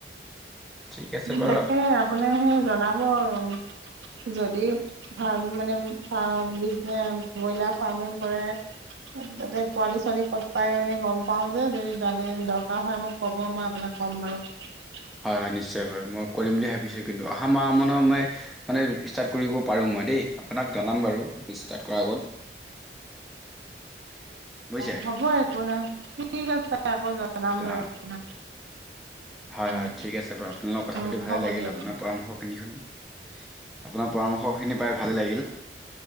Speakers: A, in the centre; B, on the right.
A: ঠিক আছে বাৰু
B: তাকে আপুনি সেই জনাব আৰু। যদি ফাৰ্ম মানে ফাৰ্ম বিজনেছ ব্ৰইলাৰ ফাৰ্মিং কৰে। তাতে পোৱালি ছোৱালী ক'ত পাই মানে গম পাও। যে যদি জানে দৰকাৰ হয় মোক ক'ব মই আপোনাক ক'ম বাৰু।
A: হয় হয় নিশ্চয় বাৰু মই কৰিম বুলি ভাবিছোঁ কিন্তু অহা মাহ মানৰ মই মানে ষ্টাৰট কৰিব পাৰো মই দেই আপোনাক জনাম বাৰু আগত। বুজিছে
B: অ হ'ব একো নাই ঠিক আছে আকৌ জনাম বাৰু
A: অ
B: আপোনাক।
A: হয় হয়
B: উম
A: ঠিক আছে বাৰু আপোনাল লগত কথা
B: উম
A: পাতি ভালে
B: হ'ব
A: লাগিল
B: দিয়ক
A: আপোনাৰ
B: অ
A: পৰামৰ্শ খিনি শুনি। আপোনাৰ পৰামৰ্শখিনি পাই ভালেই লাগিল